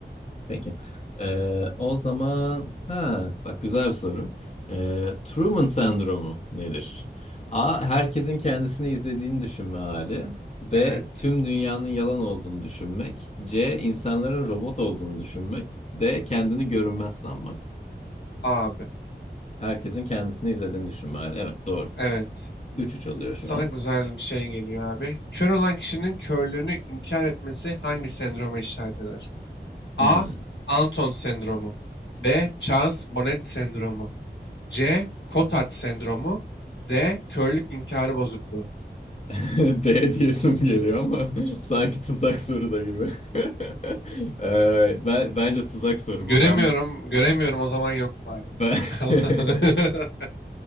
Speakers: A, on the left (about 40°); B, on the left (about 75°).
A: Peki. Ee, o zaman ha bak güzel bir soru. Ee, Truman sendromu nedir? A. Herkesin kendisini izlediğini düşünme hali. B.
B: Evet.
A: Tüm dünyanın yalan olduğunu düşünmek. C. İnsanların robot olduğunu düşünmek. D. Kendini görünmez sanmak.
B: Abi.
A: Herkesin kendisini izlediğini düşünme hali. Evet doğru.
B: Evet.
A: Üç üç oluyor şu
B: Sana
A: an.
B: güzel bir şey geliyor abi. Kör olan kişinin körlüğünü inkar etmesi hangi sendroma işaret eder?
A: Hmm.
B: A. Anton sendromu. B. Charles-Bonnet sendromu. C. Cotard sendromu. D. Körlük inkarı bozukluğu.
A: <laughs> D diyesim geliyor ama <laughs> sanki tuzak soru da gibi. <laughs> Ee, ben, bence tuzak soru
B: Göremiyorum,
A: bu. Ben
B: göremiyorum o zaman yokum abi.
A: Ben
B: <laughs>
A: <laughs>